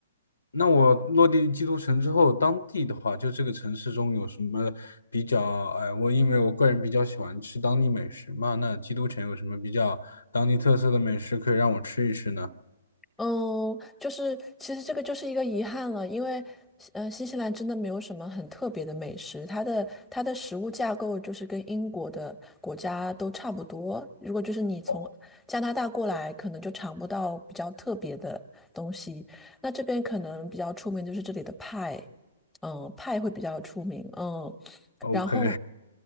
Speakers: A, on the left; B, in the centre.
A: 那我落地基督城之后，当地的话，就这个城市中有什么比较？哎，我因为我个人比较喜欢吃当地美食嘛，那基督城有什么比较当地特色的美食可以让我吃一吃呢？
B: 嗯，就是其实这个就是一个遗憾了，因为嗯，新西兰真的没有什么很特别的美食，它的它的食物架构就是跟英国的国家都差不多。如果就是你从加拿大过来，
A: 哦，
B: 可能就尝不到比较特别的东西。那这边可能比较出名就是这里的派，嗯，派会比较出名，嗯，
A: OK，
B: 然后，